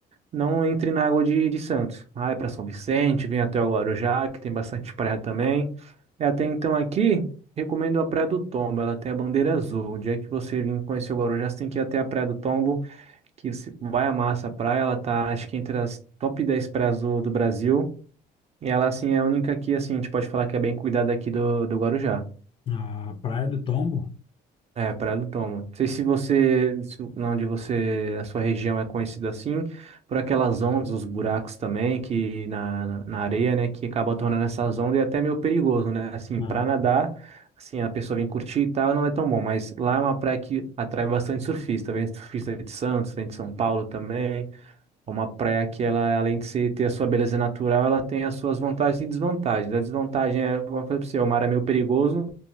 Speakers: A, on the right; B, on the left.
A: não entre na água de, de Santos. Ah, é para São Vicente, vem até o Guarujá, que tem bastante praia também. E até então aqui, recomendo a Praia do Tombo. Ela tem a bandeira azul. O dia que você vir conhecer o Guarujá, você tem que ir até a Praia do Tombo, que você vai amar essa praia. Ela tá, acho que entre as top 10 praias do, do Brasil. E ela, assim, é a única que, assim, a gente pode falar que é bem cuidada aqui do, do Guarujá.
B: A Praia do Tombo,
A: É, Praia do Tomo. Não sei se você, se- onde você, a sua região é conhecida assim, por aquelas ondas, os buracos também, que na, na na areia, né, que acaba tornando essas ondas e é até meio perigoso, né? Assim,
B: Não,
A: pra nadar, assim, a pessoa vem curtir e tal, não é tão bom, mas lá é uma praia que atrai bastante surfista, vem surfista de Santos, vem de São Paulo também. É uma praia que ela, além de se- ter a sua beleza natural, ela tem as suas vantagens e desvantagens. A desvantagem é, como eu falei pra você, o mar é meio perigoso,